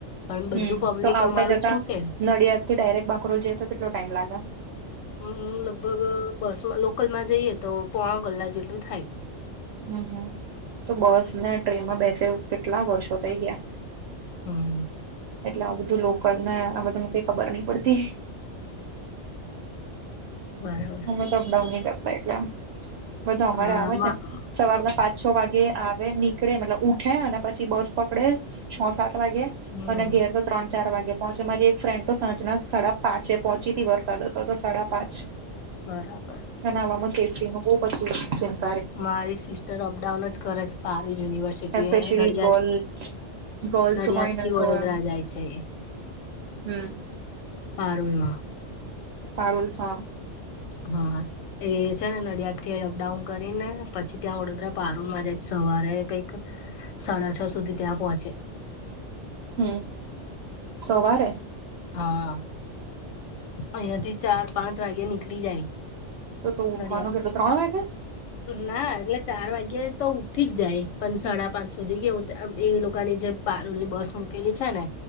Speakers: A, on the left; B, on the right.
A: પણ બધું
B: હમ
A: પબ્લિક
B: તો આવતા
A: અમારું
B: જતા
A: છૂટે
B: નડિયાદથી ડાયરેક્ટ બાકરોલ જએ તો કેટલો ટાઈમ લાગે.
A: હું લગભગ બસમાં લોકલમાં જઈએ તો પોણા કલાક જેટલું થાય.
B: હમ હમ તો બસ ને ટ્રેનમાં બેસે કેટલા વર્ષો થઇ ગયા.
A: હમ.
B: એટલે આવું બધું લોકલ ને આ બધાને કઈ ખબર નહ પડતી.
A: બરાર.
B: પડાઉન ન કરતાટલે બધું અમારે
A: ના
B: આવે
A: માં
B: છે સવારના પાંચ. છ વાગે આવે નીકળે મતલબ ઉઠે અને પછી બસ પકડે. છ સાત વાગે
A: હમ
B: અને ઘેર તો. ત્રણ ચાર વાગે પહોંચે મારી એક ફ્રેન્ડ તો સાંજના સાડા પાંચે પહોચીથી વરસાદ હતો તો સાડા પાંચ.
A: બરાબર
B: એ નામાં સેચ ન બ પછી છે.
A: મારી સિસ્ટર અપડાઉન જ કરે છે પાર university
B: specially
A: Nadiad.
B: Girl girls
A: Nadiad
B: હોય ને
A: થી વડોદરા
B: તો એમ
A: જાય છે.
B: હમ.
A: પારોલમાં.
B: સારુંલ છ.
A: હા એ છે ને નડિયાદ થી અપડાઉન કરીને પછી ત્યાં વડોદરા. પારૂમાં જાય સવારે કંઈક સાડા છ સુધી ત્યાં પહોંચે.
B: હમ સોવારે.
A: હા અહયાથી ચાર પાંચ વાગે નીકળી જાય.
B: તો ઉઠવાનું
A: નડિયાદ
B: કેટલું ત્રણ વાગે.
A: ના એટલે ચાર વાગ્યાતો ઉઠીજ જાય પણ સાડા પાંચ સુધી કેવું એ લોકોની જે. પારૂલ ની બસ મૂકેલી છે ને